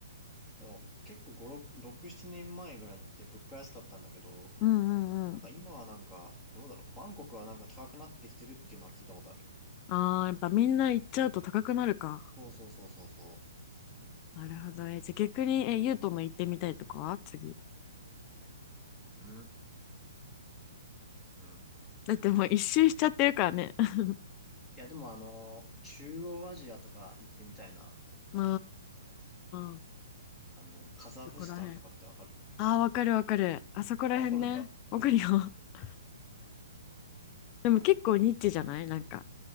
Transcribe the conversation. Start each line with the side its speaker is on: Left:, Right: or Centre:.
Centre: でも結構5、6、6、7年前ぐらいに行って物価安かったんだけど、
Left: うんうんうん。
Centre: なんか今はなんか、どうだろう。バンコクはなんか高くなってきてるっていうのは聞いたことある。
Left: ああ、やっぱみんな行っちゃうと高くなるか。
Centre: そうそうそうそうそ
Left: なるほど。え、じゃあ逆に、え、ユートの行ってみたいとかは次。
Centre: う。うーん。
Left: だってもう一周しちゃってるからね。<laughs>
Centre: いや、でもあの、中央アジアとか行ってみたいな。
Left: ああ、
Centre: あの、カザフスタンとかってわかる
Left: どこら辺。ああ、わかるわかる。あそこら辺ね。
Centre: あ、わかるんだ。
Left: わかるよ。<laughs> でも結構ニッチじゃないなんか、